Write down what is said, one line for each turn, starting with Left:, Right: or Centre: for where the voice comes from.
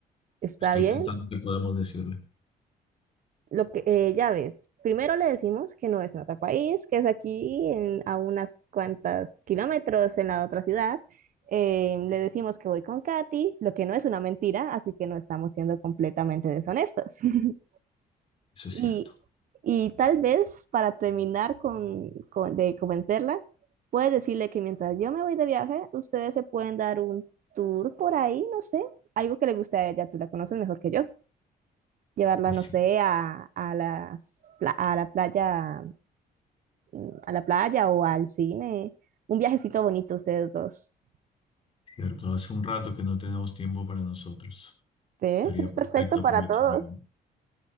Right: Está
Left: Estoy
Right: bien,
Left: pensando que podemos decirle.
Right: lo que eh, ya ves. Primero le decimos que no es en otro país, que es aquí en- a unas cuantas kilómetros en la otra ciudad. Eh, le decimos que voy con Katy, lo que no es una mentira, así que no estamos siendo completamente deshonestos. <laughs>
Left: Eso
Right: Y,
Left: es cierto.
Right: y tal vez para terminar con, con- de convencerla, puedes decirle que mientras yo me voy de viaje, ustedes se pueden dar un tour por ahí, no sé, algo que le guste a ella, tú la conoces mejor que yo. Llevarla,
Left: Es
Right: no sé,
Left: ci-
Right: a, a las pla- a la playa, mm, a la playa o al cine. Un viajecito bonito ustedes dos.
Left: cierto. Hace un rato que no tenemos tiempo para nosotros.
Right: ¿Ves?
Left: Estaría
Right: Es
Left: perfecto
Right: perfecto para
Left: aprovecharlo.
Right: todos.